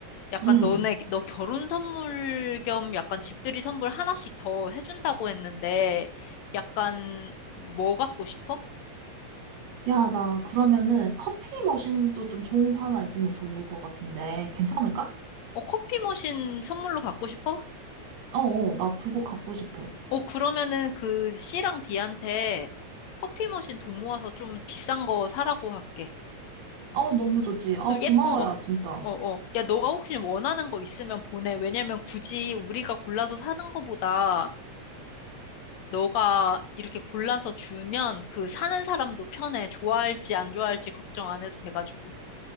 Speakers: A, on the left (about 75°); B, on the right (about 80°).
A: 약간
B: 음.
A: 너네, 너 결혼 선물 겸 약간 집들이 선물 하나씩 더 해준다고 했는데, 약간 뭐 갖고 싶어?
B: 야, 나, 그러면은, 커피 머신도 좀 좋은 거 하나 있으면 좋을 것 같은데, 괜찮을까?
A: 어, 커피 머신 선물로 받고 싶어?
B: 어, 어, 나 그거 갖고 싶어.
A: 어, 그러면은 그 C랑 D한테 커피 머신 돈 모아서 좀 비싼 거 사라고 할게.
B: 어, 너무 좋지. 아,
A: 또
B: 고마워,
A: 예쁜 거.
B: 야, 진짜.
A: 어, 어. 야, 너가 혹시 원하는 거 있으면 보내. 왜냐면 굳이 우리가 골라서 사는 거보다 너가 이렇게 골라서 주면 그 사는 사람도 편해. 좋아할지 안 좋아할지 걱정 안 해도 돼가지고.